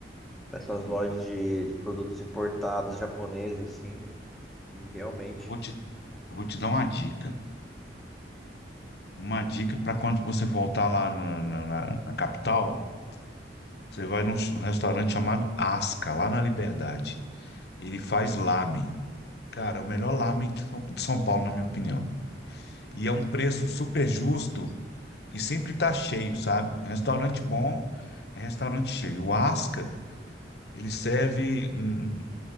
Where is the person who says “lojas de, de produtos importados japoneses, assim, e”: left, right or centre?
Centre